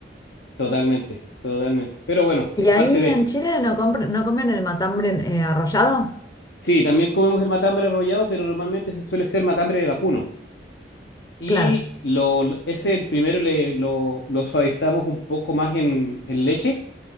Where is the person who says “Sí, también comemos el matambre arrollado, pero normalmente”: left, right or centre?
Left